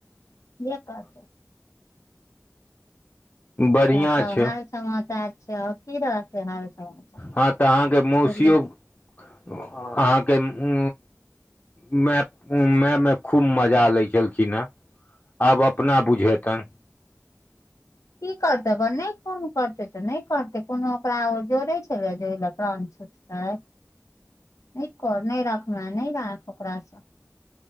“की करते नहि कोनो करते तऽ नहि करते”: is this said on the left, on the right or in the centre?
Left